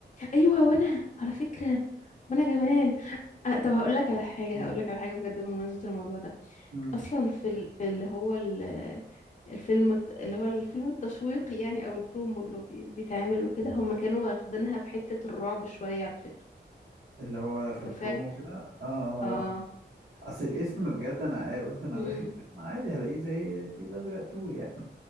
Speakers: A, on the left; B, on the right.
A: ايوه وانا على فكرة وانا كمان آه طب هقول لك على حاجة
B: مم.
A: هقول لك على حاجة بجد بمناسبة الموضوع ده
B: مم.
A: اصلا في ال... في اللي هو ال... الفيلم الت- اللي هو الفيلم التشويقي يعني او البرومو اللي بي- بيتعمل وكده هم كانوا واخدينها في حتة الرعب شوية على فكرة
B: اللي هو في
A: لو
B: البرومو
A: فاكر
B: كده اه اه آه.
A: اه
B: اصل الاسم بجد انا إيه، قلت انا
A: امم
B: داخل فيلم عادي هلاقيه زي الفيل الازرق 2 يعني